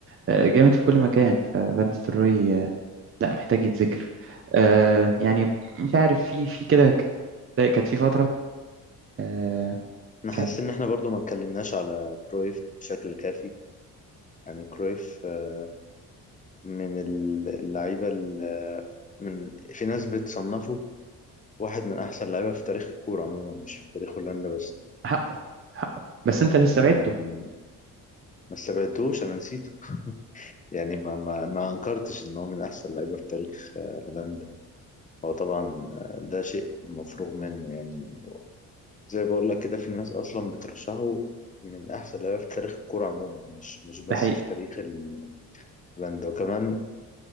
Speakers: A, on the right (about 35°); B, on the left (about 20°).
A: آه، جامد في كل مكان ففان نيستلروي آه، لا محتاج يتذكر آه، يعني مش عارف في في كده ك- كانت في فترة آه،
B: أنا
A: كان
B: حاسس إن إحنا برضو ما اتكلمناش على كرويف بشكل كافي يعني كرويف آه، من اللعيبة ال- آه، من في ناس بتصنفه واحد من أحسن اللعيبة في تاريخ الكورة عموما مش في تاريخ هولندا بس
A: حقه حقه بس انت اللي
B: يعني
A: استبعدته
B: ما استبعدتهوش انا نسيته يعني ما ما ما انكرتش ان هو من احسن لعيبه في تاريخ آه، هولندا هو طبعا آه، ده شيء مفروغ منه يعني زي بقول لك كده في ناس اصلا بترشحه من احسن لعيبه في تاريخ الكوره عموما مش مش بس
A: ده حقيقي
B: في تاريخ ال- هولندا وكمان